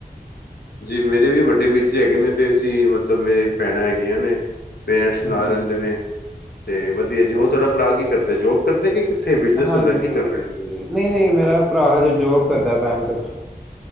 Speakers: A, on the left (about 80°); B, in the centre.
A: ਜੀ, ਮੇਰੇ ਵੀ ਵੱਡੇ ਵੀਰ ਜੀ ਹੈਗੇ ਨੇ ਤੇ ਅਸੀਂ ਮਤਲਬ ਮੇਰੇ ਭੈਣਾਂ ਹੈਗੀਆਂ ਨੇ, ਪੇਰੈਂਟਸ
B: ਹੂੰ,
A: ਨਾਲ ਰਹਿੰਦੇ ਨੇ ਤੇ ਵਧੀਆ ਜੀ, ਹੋਰ
B: ਚਲੋ
A: ਤੁਹਾਡਾ ਭਰਾ ਕੀ ਕਰਦਾ ਜੋਬ ਕਰਦੇ ਕਿ ਕਿੱਥੇ ਬਿਜਨਸ
B: ਹਾਂਜੀ,
A: ਚਲਦਾ ਕੀ ਕਰਦੇ?
B: ਨਹੀਂ-ਨਹੀਂ, ਮੇਰਾ ਭਰਾ ਹੈਜੇ ਜੋਬ ਕਰਦਾ ਬੈਂਕ ਵਿੱਚ।